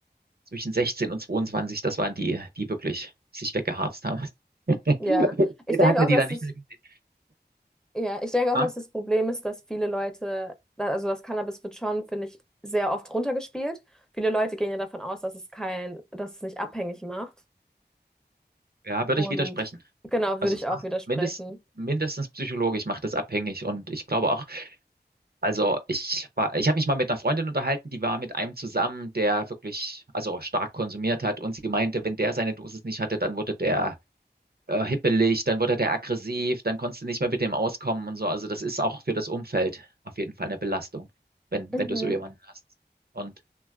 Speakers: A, on the right; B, in the centre.
A: zwischen 16 und 22, das waren die, die wirklich sich weggeharzt haben. <laughs>
B: ja.
A: Später
B: Ich denke
A: hat man
B: auch,
A: die
B: dass
A: dann nicht
B: es
A: mehr gesehen.
B: Ja, ich denke auch,
A: Ja,
B: dass das Problem ist, dass viele Leute, da- also das Cannabis wird schon, finde ich, sehr oft runtergespielt. Viele Leute gehen ja davon aus, dass es kein, dass es nicht abhängig macht.
A: Ja, würde
B: Und
A: ich widersprechen.
B: genau,
A: Also
B: würde ich
A: es
B: auch
A: macht
B: widersprechen.
A: mindest, mindestens psychologisch macht es abhängig und ich glaube auch, also ich war, ich habe mich mal mit einer Freundin unterhalten, die war mit einem zusammen, der wirklich, also stark konsumiert hat und sie meinte, wenn der seine Dosis nicht hatte, dann wurde der äh, hippelig, dann wurde der aggressiv, dann konntest du nicht mehr mit dem auskommen und so. Also das ist auch für das Umfeld auf jeden Fall eine Belastung, wenn,
B: Mhm.
A: wenn du so jemanden hast. Und